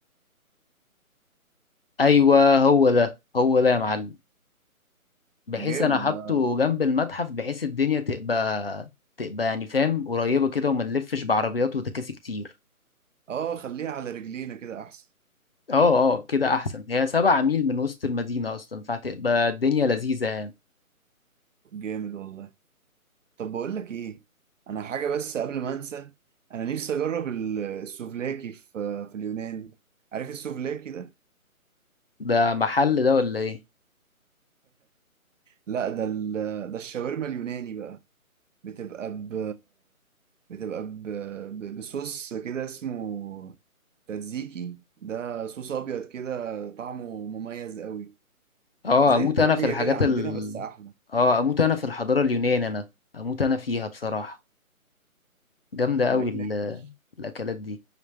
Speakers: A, on the left; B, on the right.
A: أيوة هو ده هو ده يا معلم بحيث
B: جامد
A: أنا حاطه
B: ده
A: جنب المتحف بحيث الدنيا تبقى تبقى يعني فاهم قريبة كده وما نلفش بعربيات وتكاسي كتير
B: اه خليها على رجلينا كده احسن
A: اه اه كده أحسن هي سبع ميل من وسط المدينة أصلا فهتبقى الدنيا لذيذة يعني
B: جامد والله طب بقول لك ايه انا حاجه بس قبل ما انسى انا نفسي اجرب ال- السوفلاكي في في اليونان عارف السوفلاكي ده
A: ده محل ده ولا ايه
B: لا ده ال- ده الشاورما اليوناني بقى بتبقى ب بتبقى ب... ب... بصوص كده اسمه تاتزيكي ده صوص ابيض كده طعمه مميز قوي
A: اه
B: زي
A: اموت
B: التوتيه
A: انا في الحاجات
B: كده عندنا
A: ال
B: بس احلى
A: اه اموت انا في الحضارة اليونانية انا اموت انا فيها بصراحة جامدة
B: طالعين
A: قوي ال...
B: ناكل.
A: الاكلات دي